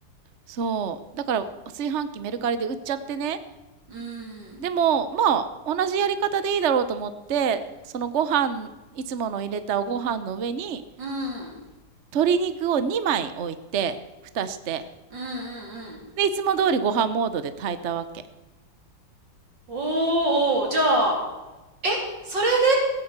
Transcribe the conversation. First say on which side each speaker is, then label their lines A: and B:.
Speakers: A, on the right (about 50°); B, on the right (about 70°).
A: そう。だから、炊飯器メルカリで売っちゃってね。
B: うん、
A: でも、まあ、同じやり方でいいだろうと思って、そのご飯、いつもの入れたご飯の上に、
B: うん、うん、
A: 鶏肉を2枚置いて、蓋して。
B: うん、うん。
A: で、いつも通りご飯モードで炊いたわけ。
B: おー、じゃあ、え、それで